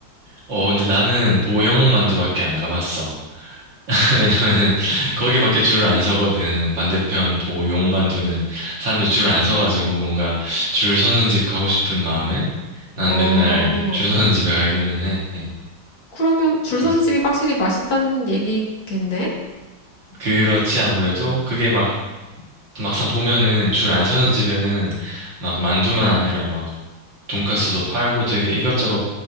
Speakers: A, on the right (about 65°); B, on the left (about 70°).
A: 어, 근데 나는 보영 만두밖에 안 가봤어. <laughs> 왜냐면은 거기밖에 줄을 안 서거든. 반대편 보고 욕 만두는 사람들 줄 안 서가지고 뭔가 줄 서는 집 가고 싶은 마음에 나는
B: 어.
A: 맨날 줄 서는 집에 가기는 해.
B: 그러면 줄선
A: 그래서
B: 집이 확실히 맛있다는 얘기겠네?
A: 그렇지 아무래도 그게 막 막상 보면은 줄 안 서는 집에는 막 만두만 아니라 막 돈가스도 팔고 되게 이것저것